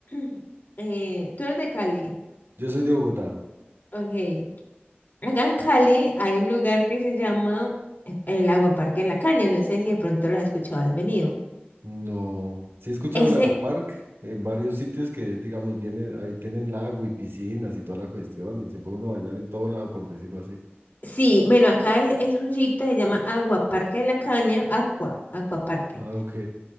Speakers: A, on the left (about 50°); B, on the right (about 85°).
A: <clears throat> eh, tú eres de Cali.
B: Yo soy de Bogotá.
A: Ok. Acá en Cali hay un lugar que se llama eh, el Aguaparque de la Caña. No sé si de pronto lo has escuchado, has venido.
B: No, sí he escuchado
A: Ese,
B: Lago Park en varios sitios que es, digamos, viene, ahí tienen lago y piscinas y toda la cuestión y se puede uno bañar en todo lado, por decirlo así.
A: sí, bueno, acá es, es un sitio que se llama Aguaparque de la Caña, Aqua, Aquaparque.
B: Ah, ok.